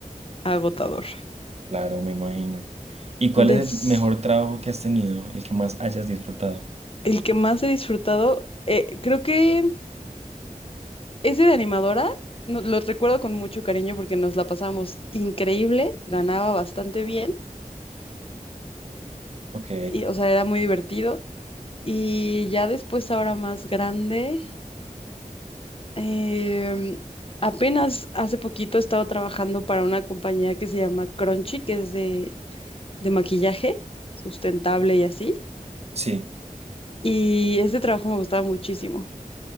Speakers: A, on the left (about 40°); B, on the right (about 50°).
A: agotador.
B: Claro, me imagino. ¿Y cuál
A: Des-
B: es el mejor trabajo que has tenido, el que más hayas disfrutado?
A: el que más he disfrutado, eh, creo que Ese de animadora, no- lo recuerdo con mucho cariño porque nos la pasamos increíble, ganaba bastante bien,
B: Ok,
A: y, o sea, era muy divertido. Y ya después, ahora más grande, em, apenas hace poquito he estado trabajando para una compañía que se llama Crunchy, que es de, de maquillaje sustentable y así.
B: sí.
A: Y este trabajo me gustaba muchísimo,